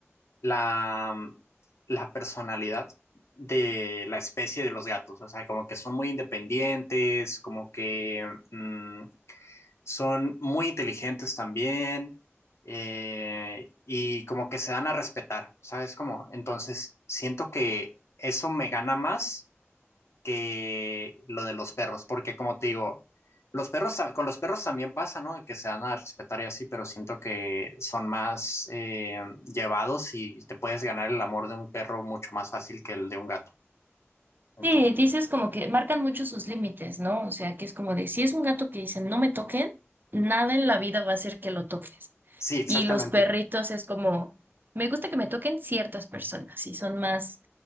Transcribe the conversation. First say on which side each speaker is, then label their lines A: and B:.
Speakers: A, on the left; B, on the right.
A: la, mm, la personalidad de la especie de los gatos. O sea, como que son muy independientes, como que mm, son muy inteligentes también. eh, y como que se dan a respetar, ¿sabes? Como, entonces siento que eso me gana más que lo de los perros, porque como te digo, los perros, con los perros también pasa, ¿no? Que se dan a respetar y así, pero siento que son más eh, llevados y te puedes ganar el amor de un perro mucho más fácil que el de un gato. Entonces,
B: Sí, dices como que marcan mucho sus límites, ¿no? O sea, que es como de si es un gato que dicen no me toquen, nada en la vida va a hacer que lo toques.
A: sí, exactamente.
B: Y los perritos es como, me gusta que me toquen ciertas personas y son más